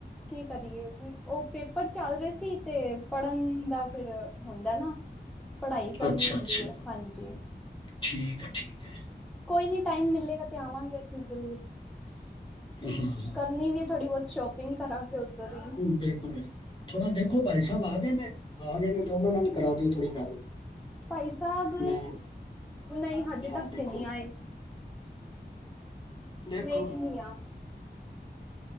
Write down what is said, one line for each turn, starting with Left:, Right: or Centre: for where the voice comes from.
Centre: ਕੀ ਕਰੀਏ ਉਹ ਪੇਪਰ ਚੱਲ ਰਹੇ ਸੀ ਤੇ ਪੜ੍ਹਨ ਦਾ ਫਿਰ ਹੁੰਦਾ ਨਾ ਪੜ੍ਹਾਈ ਕਰਨੀ
Left: ਅੱਛਾ
Centre: ਹੁੰਦੀ
Left: ਅੱਛਾ
Centre: ਹੈ ਹਾਂਜੀ
Left: ਠੀਕ ਹੈ ਠੀਕ ਹੈ
Centre: ਕੋਈ ਨਹੀਂ ਟਾਈਮ ਮਿਲੇਗਾ ਤੇ ਆਵਾਂਗੇ ਅਸੀਂ ਜ਼ਰੂਰ
Left: ਹਾਂ ਹਾਂ
Centre: ਕਰਨੀ ਵੀ ਹੈ ਥੋੜ੍ਹੀ ਬਹੁਤ ਸ਼ੋਪਿੰਗ ਕਰਾਂਗੇ ਉੱਧਰ ਹੀ
Left: ਬਿਲਕੁਲ ਥੋੜਾ ਦੇਖੋ ਭਾਈ ਸਾਹਿਬ ਆ ਗਏ ਨੇ ਆ ਗਏ ਨੇ ਤੇ ਉਹਨਾਂ ਨਾਲ ਕਰਾ ਦਿਓ ਥੋੜ੍ਹੀ ਗੱਲ
Centre: ਭਾਈ ਸਾਹਿਬ
Left: ਮੈਂ
Centre: ਨਹੀਂ ਹਜੇ ਤੱਕ
Left: ਹਾਂ ਦੇਖੋ।
Centre: ਤੇ ਨਹੀਂ ਆਏ
Left: ਦੇਖੋ
Centre: ਵੇਖਣੀ ਆ